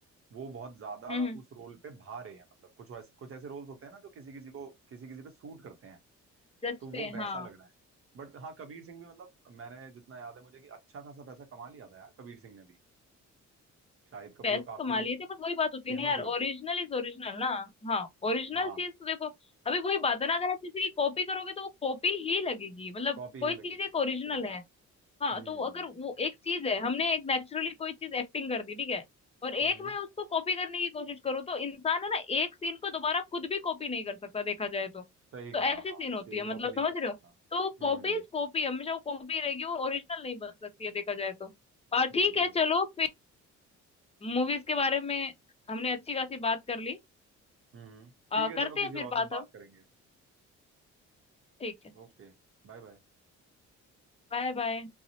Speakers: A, on the right; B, on the left.
A: वो बहुत ज्यादा
B: हम्म, हम्म,
A: उस रोल पे भा रहे हैं मतलब कुछ वैसे कुछ ऐसे रोल्स होते हैं ना जो किसी किसी को किसी किसी पे सूट करते हैं
B: जचते
A: तो वो
B: हैं
A: वैसा
B: हाँ
A: लग रहा है बट हाँ कबीर सिंह भी मतलब मैंने जितना याद है मुझे कि अच्छा खासा पैसा कमा लिया था यार कबीर सिंह ने भी शाहिद कपूर
B: पैसे
A: काफी
B: तो कमा लिए थे बट वही बात होती
A: फेमस
B: है ना यार
A: हुए
B: ओरिजिनल
A: थे उस
B: इज ओरिजिनल ना हाँ ओरिजिनल
A: हाँ
B: चीज तो देखो अभी वही बात है ना अगर आप किसी की कॉपी करोगे तो वो कॉपी ही लगेगी मतलब
A: कॉपी
B: कोई
A: ही लगेगी
B: चीज एक ओरिजिनल
A: हाँ सही कहा
B: है हाँ
A: हम्म
B: तो अगर वो एक चीज है हमने एक नेचुरली कोई चीज एक्टिंग कर दी ठीक है और एक
A: हम्म
B: मैं उसको कॉपी करने की कोशिश करूँ तो इंसान है ना एक सीन को दोबारा खुद भी कॉपी नहीं कर सकता देखा जाए तो
A: सही
B: तो
A: कहा
B: ऐसी
A: हाँ
B: सीन
A: सेम
B: होती है
A: कॉपी
B: मतलब
A: नहीं
B: समझ
A: कर सकता
B: रहे हो तो कॉपी
A: हम्म
B: कॉपी हमेशा वो कॉपी रहेगी वो ओरिजिनल नहीं बन सकती है देखा जाए तो आ, ठीक
A: बिल्कुल
B: है
A: सही
B: चलो फिर मूवीज के बारे में हमने अच्छी खासी बात कर ली
A: हम्म हम्म,
B: आ,
A: ठीक है
B: करते
A: चलो किसी
B: हैं फिर
A: और
B: बात
A: दिन बात
B: हम
A: करेंगे
B: ठीक है
A: ओके Bye bye
B: Bye bye